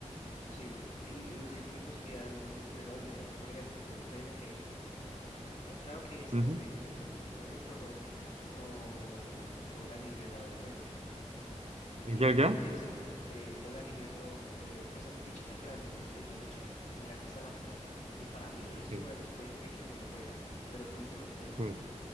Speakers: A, on the left; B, on the right.
A: Sí, y, y los equipos que han ingresado dinero, por ejemplo, el PSG, ah, cl- claro que es
B: Ujú.
A: en este siguiente Champions, por ejemplo, no, no, no le han ingresado dineros.
B: ¿Y
A: Y
B: qué,
A: mira
B: qué?
A: que es el, eh, no le han ingresado, eh, pues así fichajes grandes en esta edición de Champions. Y mira que está en la final. Y para mí es
B: Sí.
A: uno de los PSG que mejor juega de los últimos tiempos.
B: Mm.